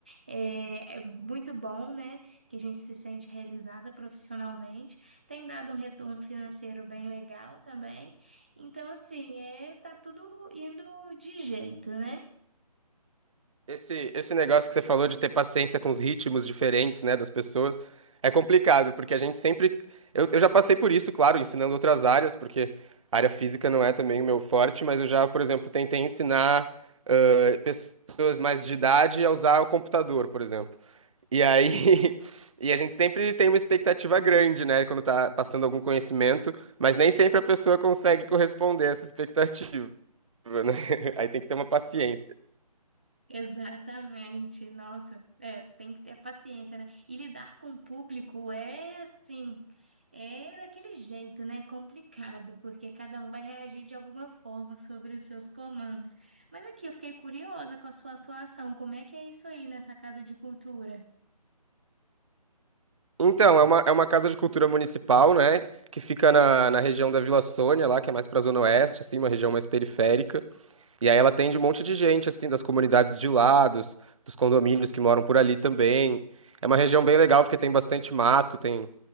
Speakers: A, on the right (about 15°); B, on the right (about 50°).
A: É, é muito bom, né, que a gente se sente realizada profissionalmente. Tem dado um retorno financeiro bem legal também. Então, assim, é, tá tudo indo de jeito, né?
B: Esse, esse negócio que você falou de ter paciência com os ritmos diferentes, né, das pessoas, é complicado, porque a gente sempre. Eu, eu já passei por isso, claro, ensinando outras áreas, porque a área física não é também o meu forte, mas eu já, por exemplo, tentei ensinar ãh, pessoas mais de idade a usar o computador, por exemplo. E aí. <laughs> E a gente sempre tem uma expectativa grande, né, quando tá passando algum conhecimento, mas nem sempre a pessoa consegue corresponder a essa expectativa, né? <laughs> Aí tem que ter uma paciência.
A: Exatamente, nossa, é, tem que ter paciência, né? E lidar com o público é assim, é daquele jeito, né? Complicado, porque cada um vai reagir de alguma forma sobre os seus comandos. Mas aqui eu fiquei curiosa com a sua atuação, como é que é isso aí nessa casa de cultura?
B: Então, é uma, é uma casa de cultura municipal, né? Que fica na, na região da Vila Sônia, lá, que é mais pra Zona Oeste, assim, uma região mais periférica. E aí ela atende um monte de gente, assim, das comunidades de lá, dos, dos condomínios que moram por ali também. É uma região bem legal porque tem bastante mato, tem,